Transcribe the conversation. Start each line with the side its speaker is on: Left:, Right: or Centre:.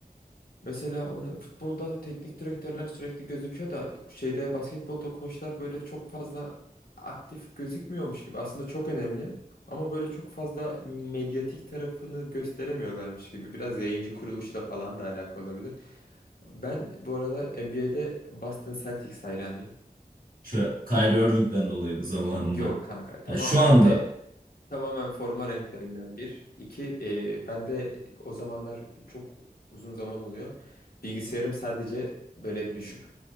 Left: Mesela onu, futbolda teknik direktörler sürekli gözüküyor da şeyde basketbolda koçlar böyle çok fazla aktif gözükmüyormuş gibi. Aslında çok önemli ama böyle çok fazla medyatik tarafını gösteremiyorlarmış gibi. Biraz yayıncı kuruluşla falan da alakalı olabilir. Ben bu arada NBA'de Boston Celtics hayranıyım.
Right: Şu Kyrie Irving'den dolayı mı zamanında?
Left: Yok kanka tamamen
Right: Ha, şu anda.
Left: e, tamamen forma renklerinden bir. İki e, ben de o zamanlar çok uzun zaman oluyor. Bilgisayarım sadece böyle düşük